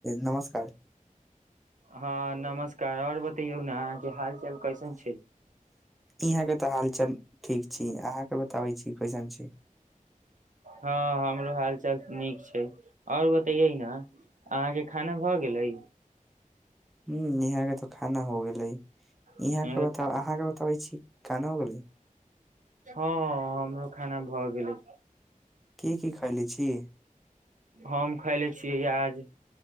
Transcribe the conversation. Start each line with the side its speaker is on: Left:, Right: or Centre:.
Centre: नमस्कार।
Right: हँ नमस्कार, आओर बतैयौ ने अहाँके हाल चाल कैसन छै।
Centre: इहां के तऽ हाल चाल ठीक छी, अहां के बताबे छी कइसन छी।
Right: हँ हमरो हाल चाल नीक छै, आओर बतैयै ने अहाँके खाना भऽ गेलै।
Centre: ह यहाँ के तो खाना हो गेलै,
Right: अहाँके
Centre: यहां के
Right: खाना?
Centre: बतावा अहाँ के बताबै छी खाना हो गेलै।
Right: हँ हमरो खाना भऽ गेलै।
Centre: की की खायले छी?
Right: हम खैले छियै आाज